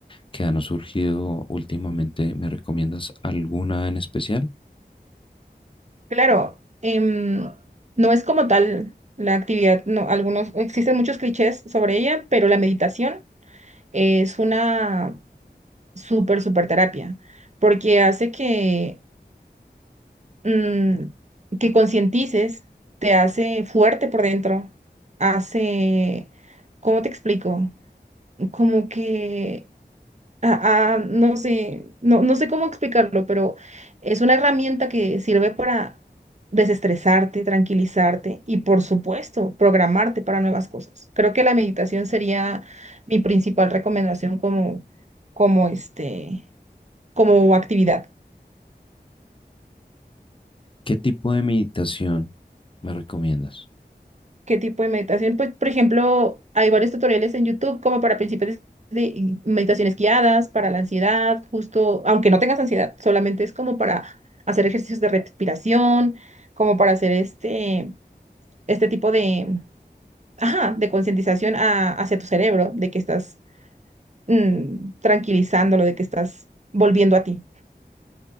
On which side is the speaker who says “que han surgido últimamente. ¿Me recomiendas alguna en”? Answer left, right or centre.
Left